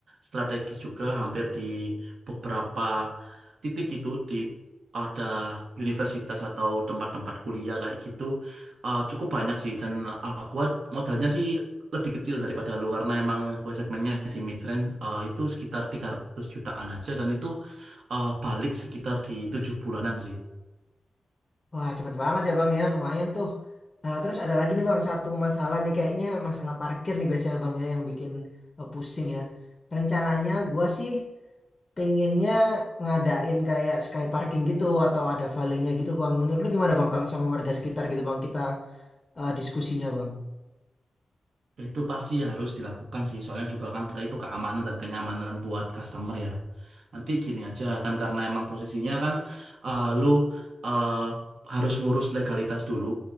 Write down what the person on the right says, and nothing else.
strategis juga hampir di beberapa titik itu di ada universitas atau tempat-tempat kuliah kayak gitu eh, cukup banyak sih dan eh, gua modalnya sih lebih kecil daripada lu karena emang gua segmennya di midrange eh, itu sekitar 300 jutaan aja dan itu eh, balik sekitar di tujuh bulanan sih.
Itu pasti harus dilakukan sih, soalnya juga kan itu keamanan dan kenyamanan buat customer ya. Nanti gini aja kan karena emang posisinya kan eh, lu eh, harus ngurus legalitas dulu.